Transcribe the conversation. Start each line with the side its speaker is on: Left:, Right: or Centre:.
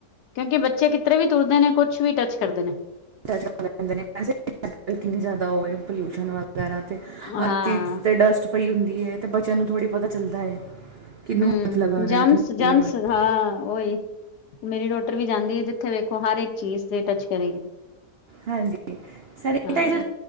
Left: ਕਿਉਂਕਿ ਬੱਚੇ ਕਿਤੇ ਵੀ ਤੁਰਦੇ ਨੇ, ਕੁਝ ਵੀ ਟੱਚ ਕਰਦੇ ਨੇ
Right: ਐਂਵੇਂ ਅੱਜ ਕਿੰਨੀ ਜ਼ਿਆਦਾ ਹੋ ਪੋਲਿਊਸ਼ਨ ਵ? ਵੈਸੇ ਹਰ
Left: ਹਾਂ
Right: ਚੀਜ਼ 'ਤੇ ਡਸਟ ਪਈ ਹੁੰਦੀ ਹੈ ਤੇ ਬੱਚਿਆਂ ਨੂੰ ਥੋੜ੍ਹੀ ਪਤਾ ਚੱਲਦਾ ਹੈ। ਕਿਹਨੂੰ
Left: ਹਾਂ,
Right: ਹੱਥ ਲਗਾਉਣਾ ਹੈ ਕਿਹਨੂੰ
Left: ਜਿਵੇਂ
Right: ਨਹੀਂ ਲਗਾਉਣਾ
Left: ਹਾਂ ਓਹੀ ਮੇਰੀ ਡਾਟਰ ਵੀ ਜਾਂਦੀ ਹੈ, ਜਿੱਥੇ ਵੇਖੋ ਹਰ ਇੱਕ ਚੀਜ਼ ਨੂੰ ਟੱਚ ਕਰੇਗੀ।
Right: ਹਾਂਜੀ ਸਾਈ।
Left: ਹਾਂ
Right: ਕਹਿੰਦੇ